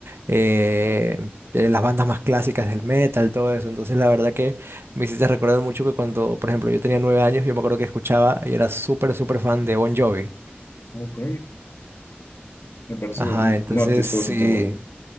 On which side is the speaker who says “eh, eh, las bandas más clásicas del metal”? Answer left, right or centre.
Right